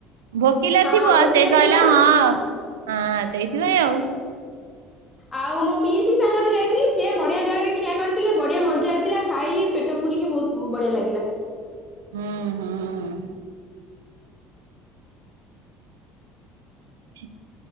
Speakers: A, on the right; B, on the left.
A: ଭୋକିଲା
B: ହଁ
A: ଥିବ
B: ଭୋକିଲା
A: ସେ କହିଲା
B: ଥିଲା ନା
A: ହଁ। ହଁ ସେଇଥିପାଇଁ ଆଉ।
B: ଆଉ ମୋ ପିଇ ସି ସାଙ୍ଗରେ ଯାଇଥିଲି ସେିଏ ବଢିଆ ଜାଗାରେ ଖିଆ କରିଥିଲେ। ବଢିଆ ମଜା ଆସିଲା ଖାଇଲି ପେଟ ପୁରିକି ବହୁତ୍ ଉଁ ବଢିଆ ଲାଗିଲା।
A: ଉଁ ହୁଁ। <unintelligible>